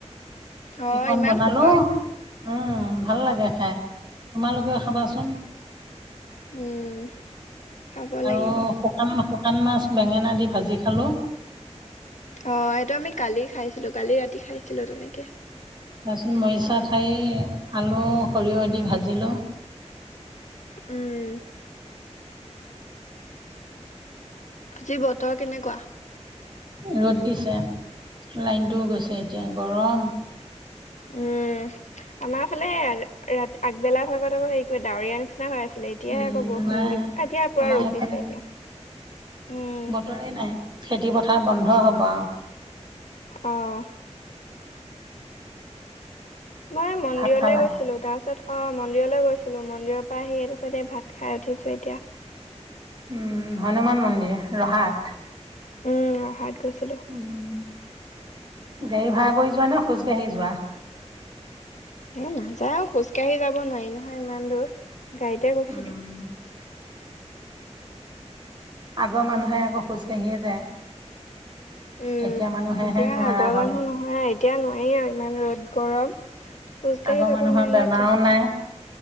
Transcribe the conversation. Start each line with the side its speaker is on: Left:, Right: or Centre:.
Right: চিকন
Left: অ ইমান
Right: বনালোঁ।
Left: সোপা
Right: উম ভাল লাগে খাই তোমালোকেও খাবাচোন।
Left: উম, খাব
Right: আৰু
Left: লাগিব।
Right: শুকান মা শুকান মাছ বেঙেনা দি ভাজি খালোঁ।
Left: অ', এইটো আমি কালি খাইছিলোঁ কালি ৰাতি খাইছিলোঁ তেনেকে।
Right: <unintelligible> মৰিছা ঠাৰী, আলু, সৰিয়হ দি ভাজিলো।
Left: উম আজি বতৰ কেনেকুৱা?
Right: এ, ৰ'দ দিছে। লাইনটোও গৈছে এতিয়া গৰম।
Left: উম, আমাৰ ফালে ৰা ৰাত আগবেলা ভাগত আকৌ হেৰি কৰি ডাৱৰীয়া নিচিনা হৈ আছে ছিলে এতিয়াহে
Right: উম
Left: আকৌ বৰষুণ
Right: নাই
Left: দিব এ, এতিয়া পুৰা
Right: আমাৰ
Left: ৰ'দ
Right: সেইফালে
Left: দিছে
Right: নাই
Left: এতিয়া। উম
Right: বতৰে নাই খেতি পথাৰ বন্ধ হ'ব আওঁ।
Left: অ'। মই মন্দিৰলে
Right: ভাত খালা
Left: গৈছিলোঁ। তাৰ পাছত অ', মন্দিৰলৈ গৈছিলোঁ মন্দিৰৰ পৰা আহি তাছতে ভাত খাই উঠিছো এতিয়া।
Right: উম হনুমান মন্দিৰ ৰহাত?
Left: উম ৰহাত গৈছিলোঁ।
Right: উম। গাড়ী ভা়ৰা কৰি যোৱা নে খোজ কাঢ়ি যোৱা?
Left: এ, নাযাওঁ খোজ কাঢ়ি যাব নোৱাৰি নহয় ইমান দূৰ গাড়ীতে গৈছিলোঁ।
Right: উম আগৰ মানুহে আকৌ খোজকাঢ়িয়ে যায়।
Left: উম।
Right: এতিয়া মানুহেহে
Left: এতিয়া
Right: নোৱাৰা
Left: আগৰ
Right: হ'ল
Left: মানুহ নহয় আৰু এতিয়া নোৱাৰি আৰু ইমান ৰ'দ গৰম। খোজ কাঢ়ি
Right: আগৰ
Left: যাব
Right: মানুহৰ
Left: নোৱাৰি
Right: বেমাৰো
Left: এতিয়া,
Right: নাই